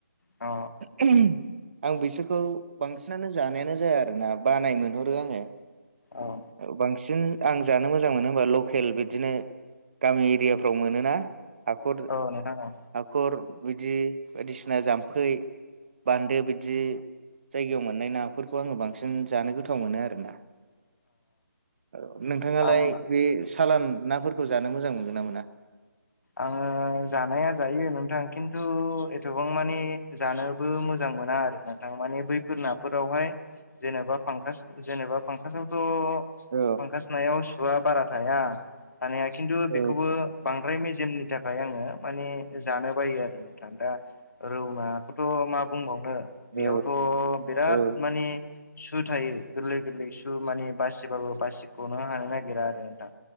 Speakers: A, on the left; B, on the right.
A: अ
B: उम आं बिसोरखौ बांसिनानो जानायानो जाया आरोना बानाय मोनहरो आङो
A: औ
B: औ बांसिन आं जानो मोजां मोनो होमबा लकेल बिदिनो गामि एरियाफ्राव मोनोना हाखर
A: औ नोंथां औ
B: हाखर बिदि बायदिसिना जामफ फै बान्दो बिदि जायगायाव मोननाय नाफोरखौ आङो बांसिन जानो गोथाव मोनो आरो ना औ नोंथाङालाय
A: आं
B: बे सालान नाफोरखौ जानो मोजां मोनगोन ना मोना
A: आङो जानाया जायो नोंथां खिन्थु एथबां माने जानोबो मोजां मोना आरो थां माने बैफोर नाफोरावहाय जेनेबा फांकास जेनेबा फांकासावथ'
B: औ
A: फांखास नायाव सुआ बारा थाया थानाया खिन्थु
B: औ
A: बेखौबो बां द्राय मेजेमनि थाखाय आङो माने जानो बायो आरो नोंथां। दा रौनाखौथ' मा बुंबावनो बेयावथ'
B: औ
A: बिराद
B: औ
A: माने सु थायो गोरलै गोरलै सु माने बासिबाबो बासिख'नो हानो नागिरा आरो नोंथां